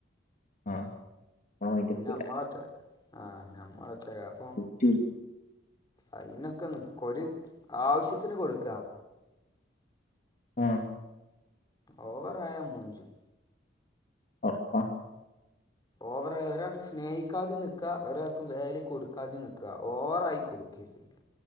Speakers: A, on the left; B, on the left.
A: ആ മൈൻഡ്
B: പിന്നെ
A: വെക്കൂല
B: നമ്മളൊറ്റ ആഹ നമ്മളറ്റക്ക അപ്പൊ
A: വിളിച്ചില്ല
B: അയിതിനൊക്കോരു ആവശ്യത്തിന് കൊടുക്ക
A: ആഹ.....
B: ഓവറായ മൂഞ്ചും
A: അ അ
B: ഓവറായി ഒരാൾ സ്നേഹിക്കാതെ നിക്ക ഒരാൾക്ക് വേലി കൊടുക്കാതെ നിക്ക ഓവറായി കൊടുക്കരുത്